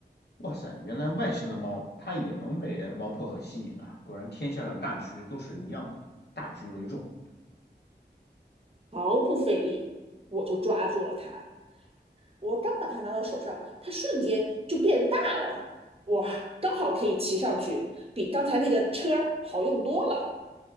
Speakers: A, on the left; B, on the right.
A: 哇塞，原来外星的猫它也能被猫薄荷吸引啊！果然天下的大局都是一样的，大局为重。
B: 毫不费力，我就抓住了它。我刚把它拿到手上，它瞬间就变大了，哇，刚好可以骑上去，比刚才那个车好用多了。